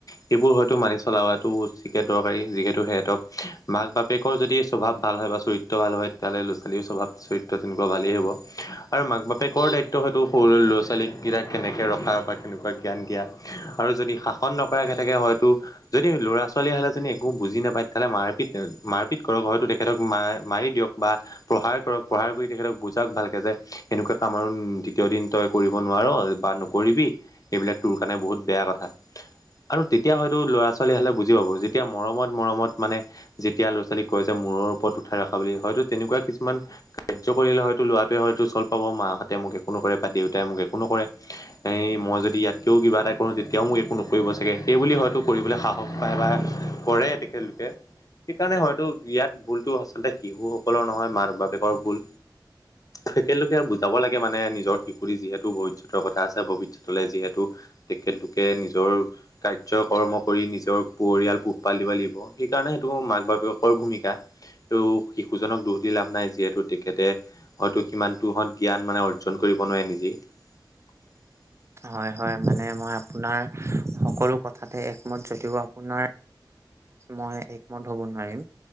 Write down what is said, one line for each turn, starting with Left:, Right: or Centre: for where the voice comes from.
Left: সেইবোৰ হ য়টো মানি চলাটো আতিকে দৰকাৰী যিহেতু সিহঁতক মাক বাপেকৰ যদি স্বভাৱ ভাল হয় বা চৰি ত্ৰ ভাল হয় তেতিয়াহলে ল'ৰা ছোৱালী স্বভাৱ চৰিত্ৰ তেনেকোৱা ভালেই হ'ব। আৰু মাক বাপেকৰ দায়িত্ব হয়তো সৰু ল'ৰা ছোৱালীকেইটাক কেনেকে ৰখা বা কেনেকোৱা কি জ্ঞান দিয়া আৰু যদি শাসন নকৰাকে থাকে হয়তো যদি আমি ল'ৰা ছোৱালী হালে যদি একো বুজি নাপায় তেতিয়া হ'লে মাৰপিত মাৰপিত কৰক হয়তো সিহঁতক মা মাৰি দিয়ক বা প্ৰহাৰ কৰক প্ৰহাৰ কৰি তেখেতক বুজও ভালকে যে সেনেকোৱা কাম আৰু দ্বিতীয় দিন তই কৰিব নোৱাৰ বা নকৰিবি এইবিলাক তোৰ কাৰণে বহুত বেয়া কথা। আৰু তেতিয়া হয় টো ল'ৰা ছোৱালী হালে বুজি পাব যেতিয়া মৰমত মৰমত মানে যেতিয়া ল'ৰা ছোৱালীক কয় যে মূৰৰ ওপৰত উঠাই ৰখা বুলি হয়তো তেনেকোৱা কিছুমান কাৰ্য্য কৰিলে হয়তো লৰাটোৱে হয়তো চল পাব মাহঁতে মোক একো নকৰে বা দেউতাই মোক একো নকৰে হেৰি মই যদি ইয়াতকৈও কিবা এটা কৰো তেতিয়াও মোক একো নকৰিব চাগে সেইবুলি হয়তো কৰিবলৈ সাহস পায় বা কৰে তেখেতলোকে। সেইকাৰণে হয়তো ইয়াত ভুলতো আচলতে শিশুসকলৰ নহয় মাক বাপেকৰ ভুল। তেখেতলোকে বুজাব লাগে মানে নিজৰ শিশুটি যিহেতু ভৱিষ্যতৰ কথা আছে ভৱিষ্যতলৈ যিহেতু তেখেতলোকে নিজৰ কাৰ্যক কৰ্ম কৰি নিজৰ পৰিয়াল পোহপাল দিব লাগিব সেইকাৰণে সেইটো মাক বাপেকৰ ভূমিকা। সেইটো শিশুজনক দুখ দি লাভ নাই যিহেতু তেখেতে হয়তো সিমানতোহঁত জ্ঞান মানে অৰ্জন কৰিব নোৱাৰে নিজেই। <unintelligible>
Right: হয় হয় মানে মই আপোনাৰ সকলো কথাতে একমত যদিও আপোনাৰ মই একমত হ'ব নোৱাৰিম।